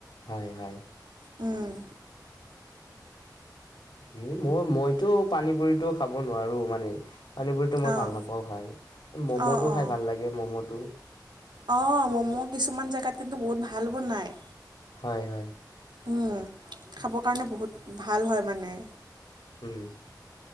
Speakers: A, on the left; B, on the right.
A: হয় হয়।
B: উম'
A: মোৰ ময় মইতো পানী পুৰিতো খাব নোৱাৰো মানে। পানী পুৰিটো মই
B: অঁ,
A: ভাল নাপাওঁ খাই, ম'ম'টো
B: অঁ, অঁ।
A: খাই ভাল লাগে ম'ম'টো।
B: অঁ মম' কিছুমান জেগাত কিন্তু বহুত ভাল বনায়।
A: হয় হয়।
B: উম' খাব কাৰণে বহুত ভাল হয় মানে।
A: উম'